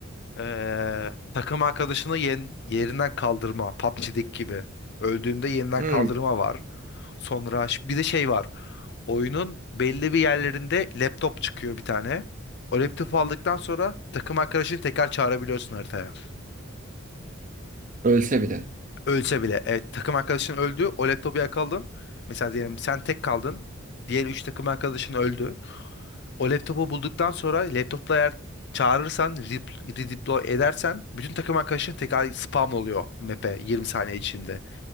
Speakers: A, on the left; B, on the right.
A: Ee, takım arkadaşını yen- yerinden kaldırma. PUBG'deki gibi. Öldüğünde yeniden
B: Hmm,
A: kaldırma var. Sonra ş- bir de şey var. Oyunun belli bir yerlerinde laptop çıkıyor bir tane. O laptopu aldıktan sonra takım arkadaşını tekrar çağırabiliyorsun haritaya.
B: ölse bile.
A: Ölse bile. Evet, takım arkadaşın öldü. O laptopu yakaladın. Mesela diyelim sen tek kaldın. Diğer 3 takım arkadaşın öldü. O laptopu bulduktan sonra laptopla eğer çağırırsan, rip- redeploy edersen bütün takım arkadaşın tekrar spam oluyor map'e 20 saniye içinde.